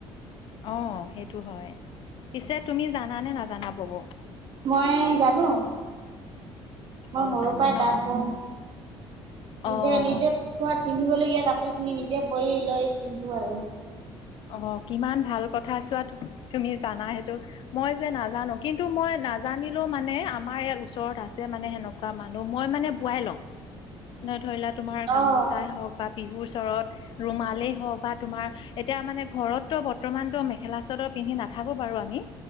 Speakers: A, on the left; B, on the right.
A: অঁ সেইটো হয়ঁ পিছে তুমি জানা নে নাজানা বব?
B: মই জানোঁ। মই
A: অ
B: সৰু
A: জানা
B: পৰাই
A: ন
B: তাঁত বওঁ নিজে
A: অ
B: নিজে- ঘৰত পিন্ধিবলগীয়া কাপোৰ খিনি নিজে বয় লৈ পিন্ধো আৰু।
A: অ কিমান ভাল কথা চোৱা তুমি জানা সেইটো মই যে নাজানো। কিন্তু মই নাজানিলেও মানে আমাৰ ইয়াত ওচৰত আছে মানে সেনেকুৱা মানুহ মই মানে বোৱাই লওঁ। ন ধৰিলোৱা তোমাৰ গামোচাই
B: অ',
A: হওক বা বিহুৰ ওচৰত ৰুমালেই হওক বা তোমাৰ এতিয়া মানে ঘৰততো বৰ্তমানতো মেখেলা চাদৰ পিন্ধি নাথাকো বাৰু আমি